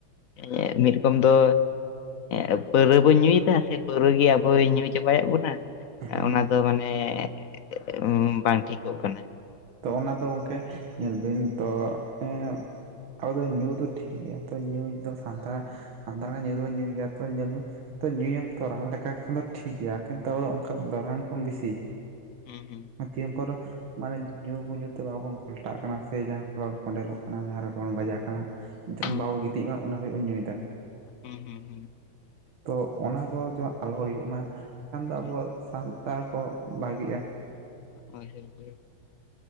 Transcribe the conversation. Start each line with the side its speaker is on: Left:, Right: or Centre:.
Left: ᱮ ᱢᱤᱫ ᱨᱚᱠᱚᱢ ᱫᱚᱼᱼ ᱮᱸ ᱯᱟᱹᱣᱨᱟᱹ ᱵᱚᱱ ᱧᱩᱭᱫᱟ ᱥᱮ ᱯᱟᱹᱣᱨᱟᱹ ᱜᱮ ᱟᱵᱚᱭ ᱧᱩ ᱪᱟᱵᱟᱭᱮᱫ ᱵᱚᱱᱟ
Right: ᱦᱮᱸ
Left: ᱚᱱᱟ ᱫᱚ ᱢᱟᱱᱮ ᱮᱸᱜ ᱵᱟᱝ ᱴᱷᱤᱠᱚᱜ ᱠᱟᱱᱟ᱾
Right: ᱛᱚ ᱚᱱᱟᱫᱚ ᱜᱚᱢᱠᱮ ᱧᱮᱞ ᱵᱤᱱ ᱛᱚ ᱮᱸᱜ ᱟᱵᱚ ᱫᱚ ᱧᱩ ᱫᱚ ᱴᱷᱤᱠ ᱜᱮᱭᱟ ᱛᱚ ᱧᱩᱚ ᱥᱟᱱᱛᱟᱲ ᱥᱟᱱᱛᱟᱲ ᱦᱚᱸ ᱧᱩ ᱫᱚᱵᱚᱱ ᱧᱩᱭ ᱜᱮᱭᱟ ᱛᱚ ᱧᱮᱞ ᱢᱮ ᱛᱚ ᱧᱩᱭᱟᱢ ᱛᱚ ᱨᱟᱱ ᱞᱮᱠᱟᱠᱷᱚᱱ ᱫᱚ ᱴᱷᱤᱠ ᱜᱮᱭᱟ, ᱵᱟᱠᱟᱱ ᱛᱚ <inaudible> ᱚᱱᱠᱟ ᱟᱫᱚ ᱨᱟᱱ ᱠᱷᱚᱱ ᱵᱮᱥᱤ
Left: ᱦᱩᱸ ᱦᱩᱸ᱾
Right: ᱛᱤᱦᱮᱸᱱ ᱯᱚᱨ ᱢᱟᱱᱮ ᱧᱩᱼ ᱟᱹᱜᱩ ᱧᱩ ᱛᱮ ᱵᱟᱵᱚᱱ ᱜᱷᱟᱞᱴᱟᱜ ᱠᱟᱱᱟ ᱥᱮ ᱡᱟᱦᱟᱸ ᱠᱚᱨᱮ ᱵᱚᱱ ᱠᱚᱸᱰᱮᱞᱚᱜ ᱠᱟᱱᱟ ᱡᱟᱦᱟᱸ ᱨᱮ ᱵᱟᱵᱚᱱ ᱵᱟᱡᱟᱜ ᱠᱟᱱᱟ, ᱡᱚᱛᱟᱠᱷᱚᱱ
Left: ᱦᱩᱸ
Right: ᱵᱟᱵᱚᱱ ᱜᱤᱛᱤᱡᱚᱜ-ᱟ ᱩᱱᱟᱹᱜ ᱦᱟᱵᱤᱡ ᱠᱚ ᱧᱩᱭᱫᱟ,
Left: ᱦᱩᱸ ᱦᱩᱸ
Right: ᱛᱚ ᱚᱱᱟ ᱛᱚ ᱡᱚ ᱟᱞᱚ ᱦᱩᱭᱩᱜ ᱢᱟ, ᱠᱷᱟᱱ ᱫᱚ
Left: ᱦᱳᱭ
Right: ᱟᱵᱚ ᱥᱟᱱᱛᱟᱲ ᱠᱚ ᱵᱷᱟᱹᱜᱤᱜᱼᱟ᱾
Left: ᱦᱳᱭ ᱦᱳᱭ ᱦᱳᱭ